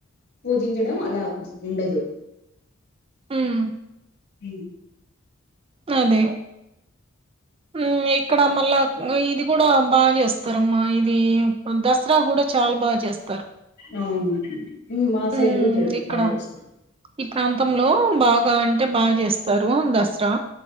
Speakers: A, on the left (about 55°); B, on the right (about 25°).
A: పూజించడం అలా ఉండదు
B: మ్మ్
A: హ్మ్
B: అదే మ్మ్ ఇక్కడ మళ్ళా ఇది కూడా బాగా చేస్తార అమ్మా ఇది దసరా కూడా చాలా బాగా చేస్తారు
A: మ్మ్ అట్లనే మ్మ్ మా సైడ్
B: ఉమ్
A: కూడా జరుగు
B: ఇక్కడ
A: బా జేస్తారు
B: ఈ ప్రాంతంలో బాగా అంటే బాగా జేస్తారు దసరా